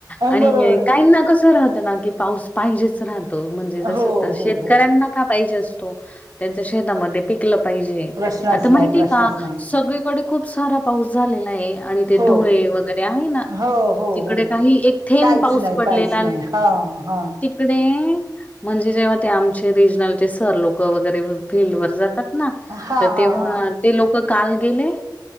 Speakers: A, on the left; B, on the right.
A: आणि
B: बरोबर
A: हे
B: आहे
A: काही ना कस राहत ना की पाऊस पाहिजेच राहतो. म्हणजे जस
B: हो
A: शेतकऱ्यांना
B: हो हो
A: का पाहिजे असतो? त्यांच शेतामध्ये पिकलं पाहिजे
B: प्रश्नच
A: आता माहितीय
B: नाही प्रश्नच
A: का
B: नाही
A: सगळे तकडे खूप सारा पाऊस झालेला आहे. आणि ते
B: हो
A: धुळे वगैरे आहे ना
B: हो हो
A: तिकडे
B: हो
A: काही एक थेंब
B: काहीच
A: पाऊस
B: नाही
A: पडलेला
B: काहीच हा हा
A: डे म्हणजे जेव्हा ते आमचे रिजनलचे सर लोक वगैरे फीलल्ड वर जात ना
B: हा
A: तर तेव्हा
B: हा हा
A: ते लोक काल गेले.